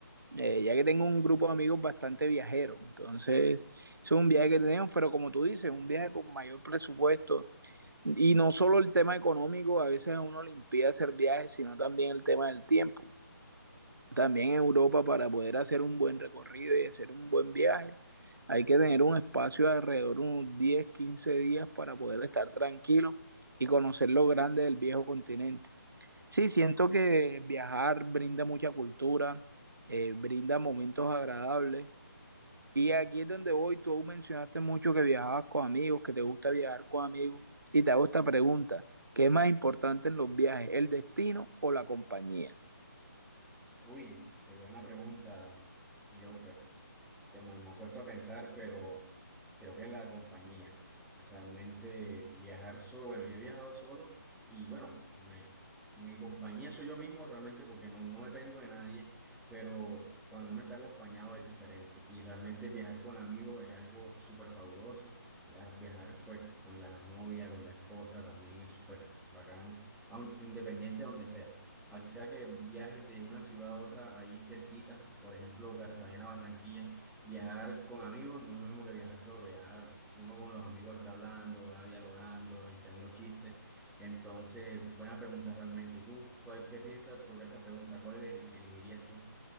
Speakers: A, on the right; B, in the centre.
A: eh, ya que tengo un grupo de amigos bastante viajeros. Entonces, es un viaje que tenemos, pero como tú dices, un viaje con mayor presupuesto, Y no solo el tema económico, a veces a uno le impide hacer viajes, sino también el tema del tiempo. También en Europa, para poder hacer un buen recorrido y hacer un buen viaje, hay que tener un espacio de alrededor de unos 10 15 días para poder estar tranquilo y conocer lo grande del viejo continente. Sí, siento que viajar brinda mucha cultura, eh, brinda momentos agradables y aquí es donde voy, tú aún mencionaste mucho que viajabas con amigos, que te gusta viajar con amigos, y te hago esta pregunta, ¿qué es más importante en los viajes, el destino o la compañía?
B: Uy, qué buena pregunta, Jonfer, que me, me has puesto a pensar, pero creo que la compañía, realmente viajar solo, bueno, yo he viajado solo y bueno, me- mi compañía soy yo mismo realmente porque no, no dependo de nadie, pero cuando uno está acompañado es diferente y realmente viajar con amigos es algo súper fabuloso, Via- viajar pues con la novia, con la esposa también es súper bacano, aun, independiente de donde sea. Así sea que viajes de una ciudad a otra ahí cerquita, por ejemplo, Cartagena, Barranquilla, viajar con amigos no es lo mismo que viajar solo, ya uno con los amigos está hablando, va dialogando, echando chistes. Entonces, buena pregunta realmente. ¿Y tú, cuál, qué piensas sobre esa pregunta? ¿Cuál ele- elegirías tú?